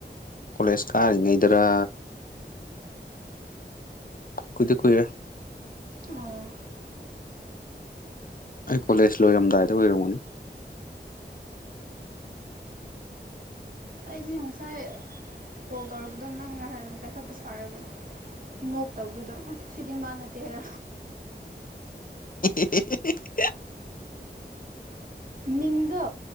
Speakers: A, on the left; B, on the right.
A: ꯀꯣꯂꯦꯖ ꯀꯔꯤꯉꯩꯗꯔ ꯀꯨꯏꯗꯤ ꯀꯨꯏꯔꯦ
B: ꯑꯣ
A: ꯑꯩ ꯀꯣꯂꯦꯖ ꯂꯣꯏꯔꯝꯗꯥꯏꯗ ꯑꯣꯏꯔꯝꯒꯅꯤ
B: ꯑꯩꯗꯤ ꯉꯁꯥꯏ ꯀꯣꯜ ꯇꯧꯔꯛꯄꯗꯣ ꯅꯪꯅꯦ ꯍꯥꯏꯔꯒ ꯄꯥꯏꯈꯠꯄ ꯁꯥꯔꯨꯕ ꯅꯣꯛꯇꯕꯗꯨꯗ ꯁꯤꯗꯤ ꯃꯥ ꯅꯠꯇꯦꯍꯦ
A: ꯑꯦꯍꯦꯍꯦ
B: ꯃꯤꯡꯗꯣ